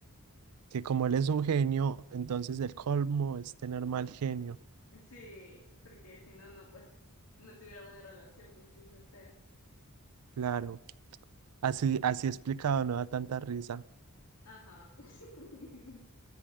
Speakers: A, on the right; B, on the left.
A: que como él es un genio, entonces el colmo es tener mal genio.
B: Sí, porque si no, no, pues, no tuviera buena relación con sus deseos.
A: Claro, así, así explicado no da tanta risa.
B: Ajá. <laughs>